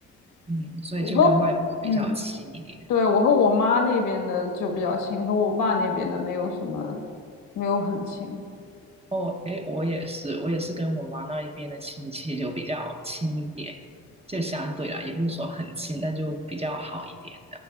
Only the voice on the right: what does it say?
嗯，所以就跟外婆比较亲一点。
哦，诶，我也是，我也是跟我妈那一边的亲戚就比较亲一点，就相对啦，也不是说很亲，但就比较好一点。